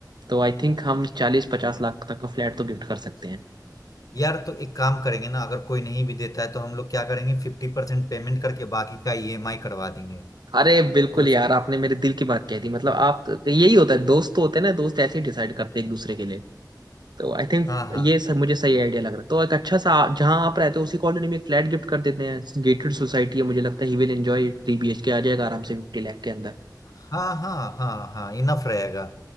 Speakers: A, on the right; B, on the left.
A: तो आई थिंक हम चालीस पचास लाख तक का फ्लैट तो गिफ्ट कर सकते हैं
B: यार तो एक काम करेंगे ना अगर कोई नहीं भी देता है तो हम लोग क्या करेंगे फिफ्टी परसेंट पेमेंट करके बाकी का ईएमआई करवा देंगे
A: अरे बिल्कुल
B: फिर उसको
A: यार आपने मेरे दिल की बात कह दी मतलब आप यही होता है दोस्त तो होते हैं ना दोस्त ऐसे ही डिसाइड करते हैं एक दूसरे के लिए तो आई थिंक
B: हाँ हाँ
A: ये सब मुझे सही आइडिया लग रहा है तो एक अच्छा सा जहाँ आप रहते हो उसी कॉलोनी में एक फ्लैट गिफ्ट कर देते हैं गेटेड सोसाइटी है मुझे लगता है ही विल एंजॉय थ्री बी एच के आ जाएगा आराम से फिफ्टी लाख के अंदर
B: हाँ हाँ हाँ हाँ इनफ रहेगा